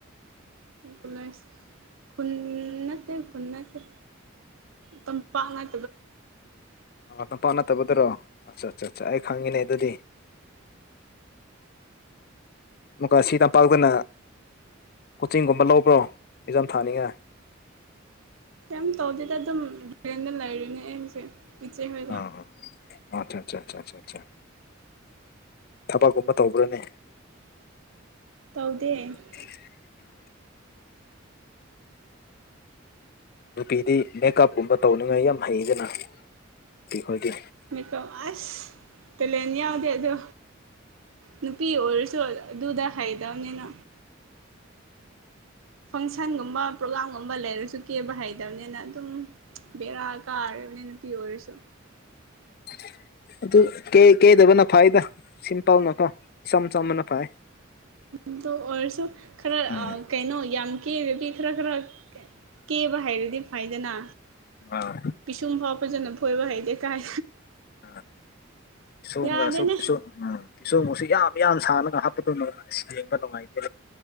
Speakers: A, on the right (about 85°); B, on the left (about 50°).
A: ꯀꯣꯂꯦꯖ ꯈ ꯈꯨꯟ ꯅꯠꯇꯦ ꯈꯨꯟ ꯅꯠꯇꯦ ꯇꯝꯄꯥꯛ <unintelligible>
B: ꯑꯥ ꯇꯝꯄꯥ ꯅꯠꯇꯕꯗꯔꯣ ꯑꯆꯥ ꯑꯠꯆꯥ ꯑꯆꯥ ꯑꯩ ꯈꯪꯉꯤꯅꯦ ꯑꯗꯨꯗꯤ ꯑꯃꯨꯀꯥ ꯁꯤꯗ ꯄꯥꯎꯒꯅ ꯀꯣꯆꯤꯡꯒꯨꯝꯕ ꯂꯧꯕ꯭ꯔꯣ ꯑꯦꯛꯖꯥꯝ ꯊꯥꯅꯤꯡꯉꯥꯏ
A: ꯀꯩꯝ ꯇꯧꯗꯦꯗ ꯑꯗꯨꯝ ꯔꯦꯟꯗ ꯂꯩꯔꯤꯅꯦ ꯑꯩꯁꯦ ꯏꯆꯦ ꯍꯣꯏꯒ
B: ꯑꯥ ꯑꯆꯥ ꯑꯆꯥ ꯊꯕꯛꯀꯨꯝꯕ ꯇꯧꯕ꯭ꯔꯅꯦ
A: ꯇꯧꯗꯦ
B: <unintelligible> ꯅꯨꯄꯤꯗꯤ ꯃꯦꯀꯞꯀꯨꯝꯕ ꯇꯧꯅꯤꯡꯉꯥꯏ ꯌꯥꯝ ꯍꯩꯗꯅ ꯅꯨꯄꯤ ꯈꯣꯏꯗꯤ
A: ꯃꯦꯀꯞ ꯑꯁ ꯇꯦꯂꯦꯟ ꯌꯥꯎꯗꯦ ꯑꯗꯣ ꯅꯨꯄꯤ ꯑꯣꯏꯔꯁꯨ ꯑꯗꯨꯗꯨꯥ ꯍꯧꯇꯥꯝꯅꯤꯅ ꯐꯪꯁꯟꯒꯨꯝꯕ ꯄ꯭ꯔꯣꯒꯥꯝꯒꯨꯝꯕ ꯂꯩꯔꯁꯨ ꯀꯦꯕ ꯍꯩꯇꯕꯅꯤꯅ ꯑꯗꯨꯝ ꯕꯦꯔꯥ ꯀꯥꯔꯤꯝꯅꯦ ꯅꯨꯄꯤ ꯑꯣꯏꯔꯁꯨ
B: <unintelligible> ꯑꯗꯨ ꯀꯦ ꯀꯦꯗꯕꯅ ꯐꯥꯏꯗ ꯁꯤꯝꯄꯜꯅꯀꯣ ꯏꯆꯝ ꯆꯝꯕꯅ ꯐꯩ
A: ꯑꯗꯨ ꯑꯣꯏꯔꯁꯨ ꯈꯔ
B: ꯎꯝ
A: ꯀꯩꯅꯣ ꯌꯥꯝ ꯀꯦꯗꯕꯤ ꯈꯔ ꯈꯔ ꯀꯦꯕ ꯍꯥꯏꯔꯗꯤ ꯐꯥꯏꯗꯅ
B: ꯑꯥꯎ
A: ꯄꯤꯁꯨꯝ ꯐꯥꯎ ꯐꯖꯅ ꯐꯣꯏꯕ ꯍꯥꯏꯩꯗꯦ ꯀꯥꯏ
B: ꯑ ꯁꯣꯝꯒ
A: ꯌꯥꯗꯦꯅꯦ
B: ꯁ ꯁ ꯎꯝ ꯄꯤꯁꯣ ꯃꯨꯛꯁꯨ ꯌꯥꯝ ꯌꯥꯝ ꯁꯥꯟꯅꯒ ꯍꯥꯞꯄꯗꯣ ꯌꯦꯦꯡꯕ ꯅꯨꯡꯉꯥꯏꯇꯦ